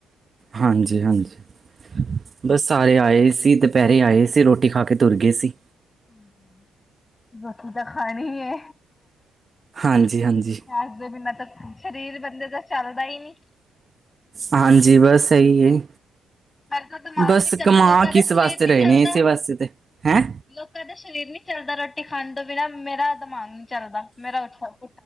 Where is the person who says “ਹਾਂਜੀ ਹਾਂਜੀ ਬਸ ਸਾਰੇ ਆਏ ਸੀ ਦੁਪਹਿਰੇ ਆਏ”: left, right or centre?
Right